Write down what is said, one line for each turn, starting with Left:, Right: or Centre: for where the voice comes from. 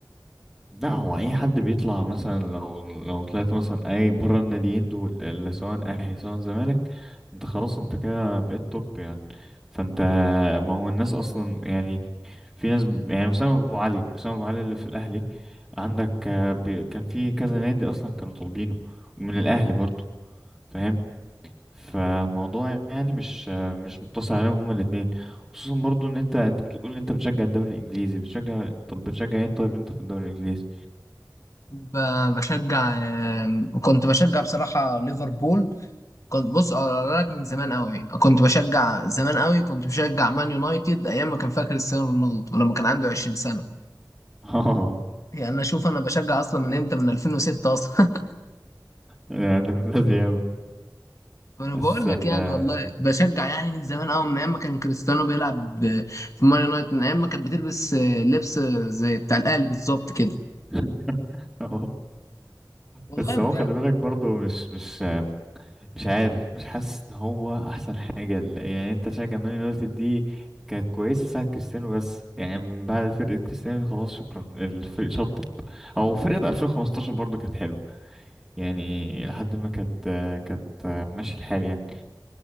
Centre: لا هو أي حد بيطلع مثلا لو لو طلعت مثلا أي بره الناديين دول اللي سواء أهلي سواء زمالك أنت خلاص أنت كده بقيت توب يعني فأنت ما هو الناس أصلا يعني في ناس ب- يعني أسامة أبو علي أسامة أبو علي اللي في الأهلي عندك آه، بي- كان في كذا نادي أصلا كانوا طالبينه ومن الأهلي برضه فاهم فالموضوع يعني مش مش مقتصر عليهم هما الاثنين خصوصا برضو ان انت انت بتقول ان انت بتشجع الدوري الانجليزي بتشجع طب بتشجع ايه طيب انت في الدوري الانجليزي
Left: ب- بشجع آم، كنت بشجع بصراحة ليفربول كنت بص اقول لك من زمان قوي كنت بشجع زمان قوي كنت بشجع مان يونايتد ايام ما كان فاكر كريستيانو رونالدو ولما كان عنده 20 سنه
Centre: <laughs> اه
Left: يعني انا شوف انا بشجع اصلا من امتى من 2006 اصلا
Centre: يعني ده من بدري اوي
Left: <laughs> وانا
Centre: بس
Left: بقول لك
Centre: آه،
Left: يعني والله بشجع يعني من زمان قوي من ايام ما كان كريستيانو بيلعب ب- في مان يونايتد من ايام ما كانت بتلبس آه، لبس آه، زي بتاع الاهلي بالظبط كده
Centre: <laughs> اه
Left: والله
Centre: بس
Left: بجد
Centre: هو خلي بالك برضو مش مش مش عارف مش حاسس ان هو احسن حاجه ال- يعني انت تشجع مان يونايتد دي كانت كويسه ساعه كريستيانو بس يعني من بعد فرقه كريستيانو خلاص شكرا الفريق شطب او فرقه 2015 برضو كانت حلوه يعني لحد ما كانت كانت ماشي الحال يعني